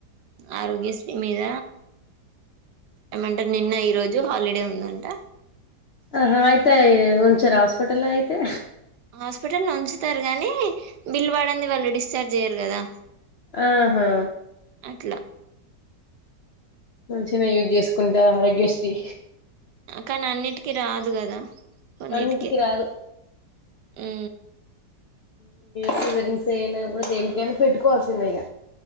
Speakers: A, on the right; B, on the left.
A: ఆరోగ్యశ్రీ మీద ఏమంటే నిన్న ఈరోోజు హాలిడే ఉందంట
B: ఆహా ఆయితే ఉంచరా హాస్పిటల్ లో ఆయితే
A: హాస్పిటల్ ఉంచుతారు గాని బిల్ పడంధి వాళ్ళు డిశ్చార్జ్ జేయ్యరు కదా
B: ఆహా
A: ట్లా
B: మంచిగా యూజ్ చేసుకుంటారు ఆరోగ్యశ్రీ
A: కానీ అన్నిటికిీ రాదు కదా కొన్నిటికే
B: అన్నింటికి రాదు
A: ఉ
B: <unintelligible> అయినా కూడా దేనికైనా పెట్టుకోవాల్సిదే ఈగ